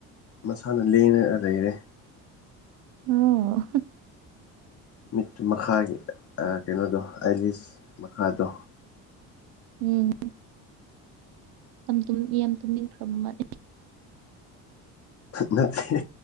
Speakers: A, on the left; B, on the right.
A: ꯃꯁꯥꯅ ꯂꯦꯡꯉ ꯂꯩꯔꯦ
B: ꯑꯣ
A: ꯃꯤꯠ ꯃꯈꯥꯒꯤ ꯀꯩꯅꯣꯗꯣ ꯑꯥꯏꯂꯤꯁ ꯃꯈꯥꯗꯣ
B: ꯎꯝ ꯌꯥꯝ ꯌꯥꯝ ꯇꯨꯝꯅꯤꯡꯈ꯭ꯔꯕ ꯃꯥꯦ
A: ꯅꯠꯇꯦ